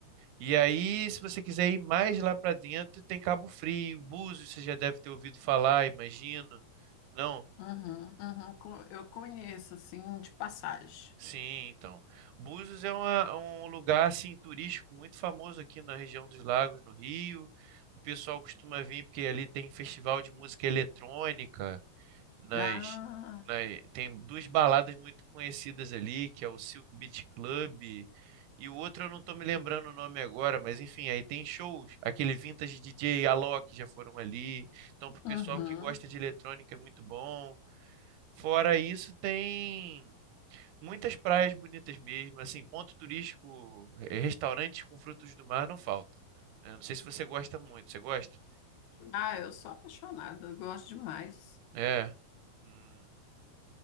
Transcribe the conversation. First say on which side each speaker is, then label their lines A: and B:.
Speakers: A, on the right; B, on the left.
A: E aí, se você quiser ir mais lá para dentro, tem Cabo Frio, Búzios, você já deve ter ouvido falar, imagino. Não?
B: Uhum, uhum, co- eu conheço, assim, de passagem.
A: Sim, então. Búzios é uma- um lugar assim turístico muito famoso aqui na região dos Lagos, no Rio. O pessoal costuma vir porque ali tem festival de música eletrônica, nas,
B: Ah,
A: nas- tem duas baladas muito conhecidas ali, que é o Silk Beat Club e o outro eu não estou me lembrando o nome agora, mas enfim, aí tem shows, aquele vintage DJ Alok já foram ali. Então, pro pessoal
B: uhum.
A: que gosta de eletrônica é muito bom. Fora isso, tem Muitas praias bonitas mesmo, assim, ponto turístico, eh, restaurantes com frutos do mar não faltam. né? não sei se você gosta muito, você gosta?
B: Ah, eu sou apaixonada, eu gosto demais.
A: É. Hum,